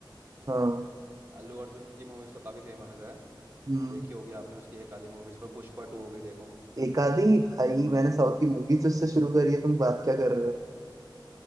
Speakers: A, on the right; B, on the right.
A: था हाँ
B: अ- अल्लू अर्जुन की मूवीज तो काफी फेमस है
A: हम्म
B: देखी होगी आपने उसकी एक आधी मूवीज में पुष्पा टू हो गई देखो
A: एक आधी भाई मैंने साउथ की मूवीज से शुरू करी है तुम बात क्या कर रहे हो